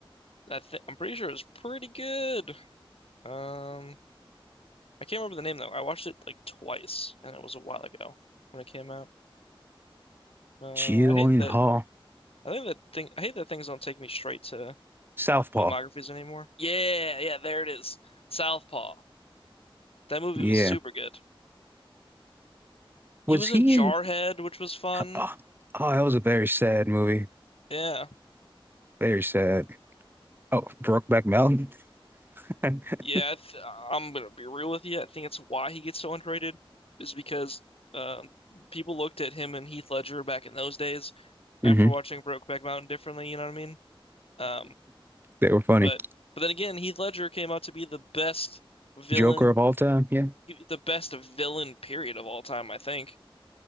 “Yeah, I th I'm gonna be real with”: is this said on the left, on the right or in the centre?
Left